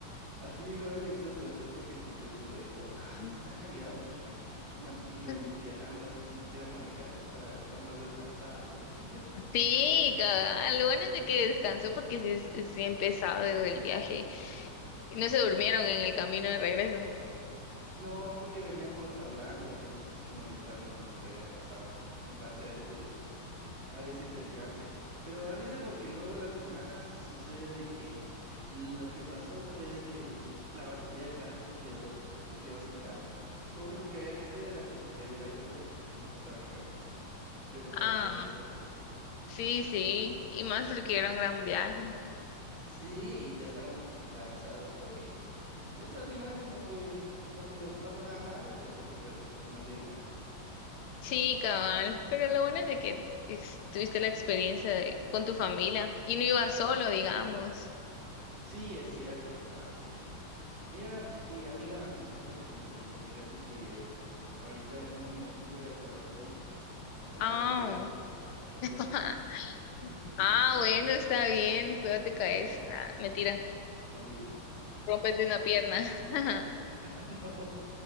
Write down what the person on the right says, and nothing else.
así dijo él incluso, disculpa que te interrumpa, dijo, así
se está calidad mucha, ir, man- ir
viajando así sin siquiera manejar, está, está más descansado. <laughs>
No, porque veníamos hablando, veníamos molestando con lo que había pasado en base a ese, a ese percance. Pero da risa porque luego en las semanas sucede de que lo que pasó fue de que el- la batería del carro se quedó, se quedó sin carga. Lo único que había que hacer era como pedir ayuda y que nos pasaran carga, pero paniqueamos
todos.
Sí, ya estábamos como cansados. Creo que, pues al final no fue, no fue, no pasó nada malo, pero pues sí gasté un poco más de dinero.
Sí, es cierto, ajá, es cierto. Mira, eh, y amiga, disculpa que te interrumpa, fíjate que eh, ahorita en unos minutos voy a ir a jugar fútbol, a poner
la rodilla, a chambear.
<laughs>
No, hombre,
<laughs> no.